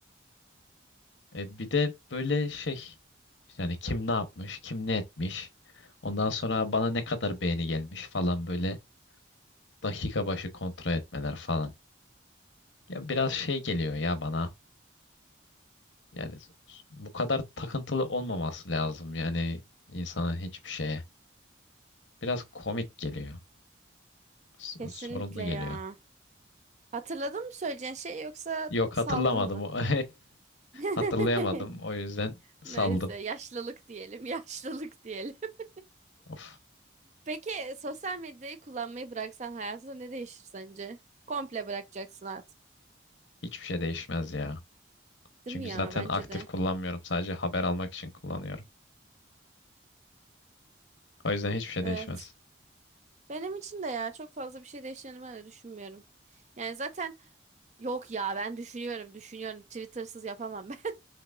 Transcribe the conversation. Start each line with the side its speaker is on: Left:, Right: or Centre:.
Left: Ee, bir de böyle şey yani kim ne yapmış, kim ne etmiş. Ondan sonra bana ne kadar beğeni gelmiş falan böyle dakika başı kontrol etmeler falan. Ya biraz şey geliyor ya bana. Yani bu kadar takıntılı olmaması lazım yani insana hiçbir şeye. Biraz komik geliyor. S-
Right: Kesinlikle
Left: Sorunlu geliyor.
Right: ya. Hatırladın mı söyleyeceğin şey yoksa
Left: Yok
Right: saldın
Left: hatırlamadım.
Right: mı?
Left: <laughs>
Right: <laughs>
Left: Hatırlayamadım. O yüzden saldım.
Right: Neyse yaşlılık diyelim, yaşlılık diyelim. <laughs>
Left: Of.
Right: Peki sosyal medyayı kullanmayı bıraksan hayatında ne değişir sence? Komple bırakacaksın artık.
Left: Hiçbir şey değişmez ya.
Right: Değil
Left: Çünkü
Right: mi ya?
Left: zaten
Right: Bence
Left: aktif
Right: de.
Left: kullanmıyorum. Sadece haber almak için kullanıyorum. O yüzden hiçbir şey
Right: Evet.
Left: değişmez.
Right: Benim için de ya çok fazla bir şey değişeceğini ben de düşünmüyorum. Yani zaten Yok ya ben düşünüyorum düşünüyorum. Twitter'sız yapamam ben.